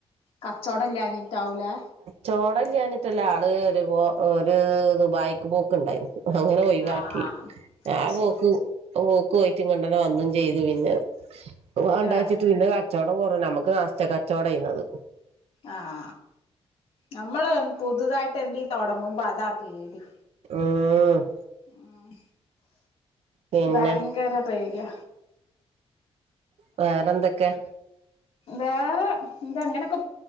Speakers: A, on the left (about 60°); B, on the right (about 70°).
A: കച്ചവടല്ലാഞ്ഞിട്ടാവൂലേ
B: ചോടൽ ഞ്ഞിട്ടല്ല ആള് ഒരു ഇത് ദുബായിക്ക് പോക്ക് ഉണ്ടായിരുന്നു അങ്ങനെ ഒഴിവാക്കി
A: ആഹ്
B: ആ
A: അത് ശരി
B: പോക്ക് പോക്ക് കുറ്റി കണ്ടനെ വന്നും ചെയ്തു പിന്നൊണ്ട
A: ഏ
B: വെച്ചിട്ട് പിന്നെ കച്ചവടം കുറു നമുക്ക് നാസ് കച്ചവടം ചെയ്യുന്നത്
A: ആഹ നമ്മള് പുതുതായിട്ട് എന്ത് തൊടങ്ങുമ്പോ അതാ പേടി
B: ഉം
A: ഉ
B: പിന്നെ
A: ഭയങ്കര പൈര്യ
B: വേറെന്തൊക്കെ
A: വേറെ എന്ത അങ്ങനെയൊക്കെ